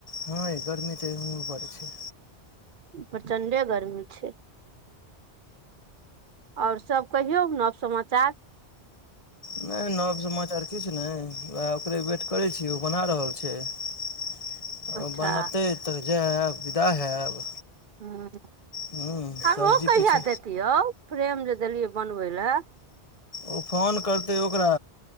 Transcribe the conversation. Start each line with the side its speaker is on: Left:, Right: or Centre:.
Left: हँ गर्मी तऽ इ <unintelligible> बड़ छै।
Right: प्रचंडे गर्मी छैय। और सब कहियौ नव समाचार।
Left: नय नव समाचार किछ नय उहे ओकरे वेट करै छी उ बना रहल छैय। ओ
Right: अच्छा
Left: बनतै त जैब विदा हैब।
Right: ह
Left: हूँ सब्जी
Right: आ ओ कहिया
Left: किछु
Right: देत यौ फ्रेम जे देलियै बनबै लए।
Left: ओ फोन करतै ओकरा